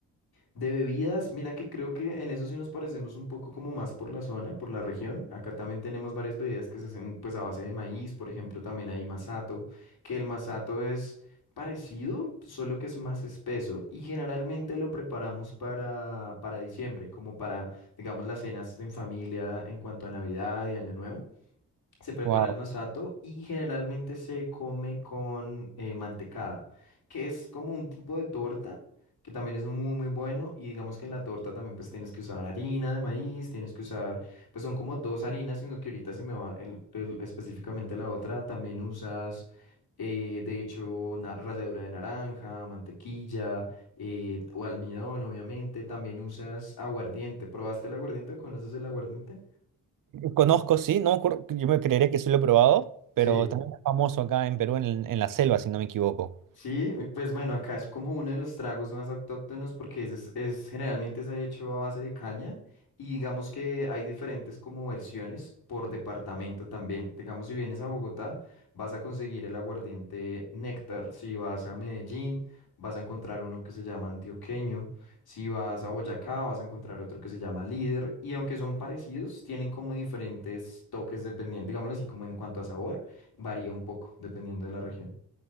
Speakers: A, on the left; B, on the right.
A: de bebidas, mira que creo que en eso sí nos parecemos un poco como más por la zona, por la región. Acá también tenemos varias bebidas que se hacen pues a base de maíz, por ejemplo, también hay masato, que el masato es parecido, solo que es más espeso y generalmente lo preparamos para para diciembre, como para, digamos, las cenas en familia en cuanto a Navidad y Año Nuevo. Se prepara
B: Wow.
A: el masato y generalmente se come con eh, mantecada, que es como un tipo de torta que también es muy muy bueno y digamos que en la torta también pues tienes que usar harina de maíz, tienes que usar, pues son como dos harinas, sino que ahorita se me va el- el- específicamente la otra, también usas eh, de hecho na- ralladura de naranja, mantequilla eh, o almidón obviamente, también usas aguardiente, ¿probaste el aguardiente? o ¿Conoces el aguardiente?
B: Conozco, sí, no me acuerdo, yo me creería que sí lo he probado,
A: Sí.
B: pero también es famoso acá en Perú, en, en la selva, si no me equivoco.
A: Sí, pues bueno, acá es como uno de los tragos más autóctonos porque es, es- es- generalmente se ha hecho a base de caña y digamos que hay diferentes como versiones por departamento también. Digamos, si vienes a Bogotá, vas a conseguir el aguardiente Néctar. Si vas a Medellín, vas a encontrar uno que se llama antioqueño. Si vas a Boyacá, vas a encontrar otro que se llama líder. Y aunque son parecidos, tienen como diferentes toques dependiendo, digámoslo así, como en cuanto a sabor, varía un poco dependiendo de la región.